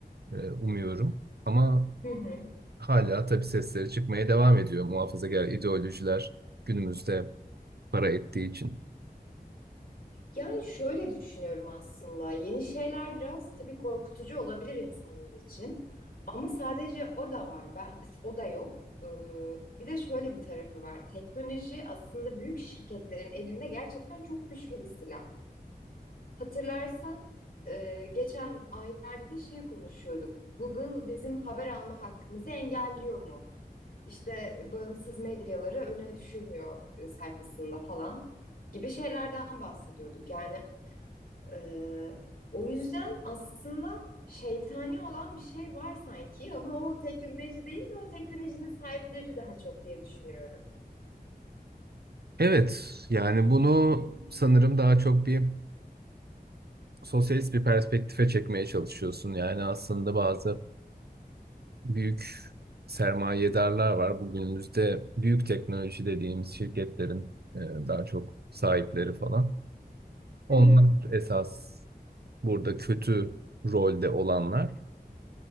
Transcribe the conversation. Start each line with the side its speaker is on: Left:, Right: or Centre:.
Right: e, umuyorum. Ama
Left: Hı hı.
Right: hala tabii sesleri çıkmaya devam ediyor muhafazakar ideolojiler günümüzde para ettiği için.
Left: Yani şöyle düşünüyorum aslında. Yeni şeyler biraz tabii korkutucu olabilir insanlar için. Ama sadece o da var. Ben o da yok. Ee, bir de şöyle bir tarafı var. Teknoloji aslında büyük şirketlerin elinde gerçekten çok güçlü bir silah. Hatırlarsan e, geçen aylarda da şey konuşuyorduk. Google bizim haber alma hakkımızı engelliyor mu? İşte bağımsız medyaları öne düşürmüyor e, sayfasında falan gibi şeylerden bahsediyorduk. Yani ee, o yüzden aslında şeytani olan bir şey var sanki ama o teknoloji değil de o teknolojinin sahipleri daha çok diye düşünüyorum.
Right: Evet, yani bunu sanırım daha çok bir sosyalist bir perspektife çekmeye çalışıyorsun. Yani aslında bazı büyük sermayedarlar var. Bugünümüzde büyük teknoloji dediğimiz şirketlerin e, daha çok sahipleri falan.
Left: Hı
Right: Onlar
Left: hı.
Right: esas burada kötü rolde olanlar